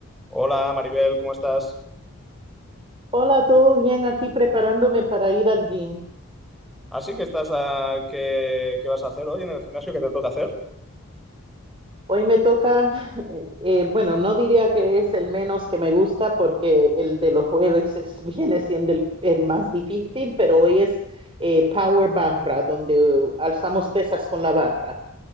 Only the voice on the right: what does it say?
Hola, ¿todo bien? Aquí preparándome para ir al gym.
Hoy me toca, <laughs> eh, eh, bueno, no diría que es el menos que me gusta porque el de los jueves es, <laughs> viene siendo el, el más difícil, pero hoy es eh, Power Barra, donde eh, alzamos pesas con la barra.